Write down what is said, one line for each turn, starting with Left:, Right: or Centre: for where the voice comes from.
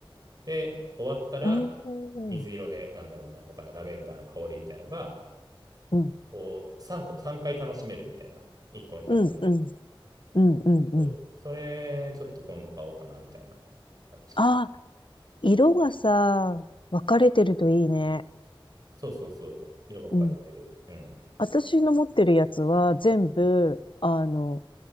Right: で、終わったら、
Left: うん
Right: 水色で、なんだろうな、他のラベンダーの香りみたいのが、
Left: うん、
Right: こう、3個、3回楽しめるみたいな、1個のキャンドルで。
Left: うん、うん、うん、うん、うん。
Right: そう。それ、ちょっと今度買おうかな、みたいな感じ。
Left: ああ、色がさ、分かれてるといいね。
Right: そうそうそう。色分かれてる。
Left: うん。
Right: うん。
Left: 私の持ってるやつは全部、あの、